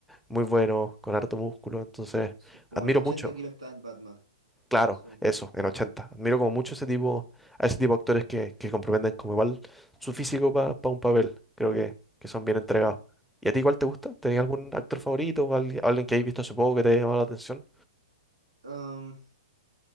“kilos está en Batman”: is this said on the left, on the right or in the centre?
Right